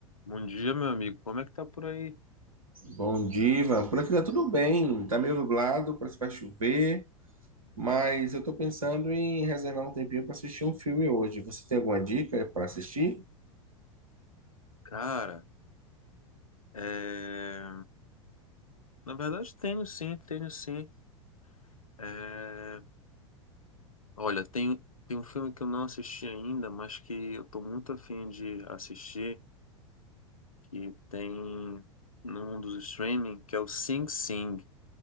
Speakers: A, on the left (about 85°); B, on the right (about 80°).
A: Bom dia, meu amigo. Como é que tá por aí?
B: Bom dia, Ivan. Por aqui tá tudo bem. Tá meio nublado, parece que vai chover, mas eu tô pensando em reservar um tempinho para assistir um filme hoje. Você tem alguma dica para assistir?
A: Cara, é... na verdade tenho sim, tenho sim. É... Olha, tem, tem um filme que eu não assisti ainda, mas que eu tô muito afim de assistir, que tem num dos streaming, que é o Sing Sing,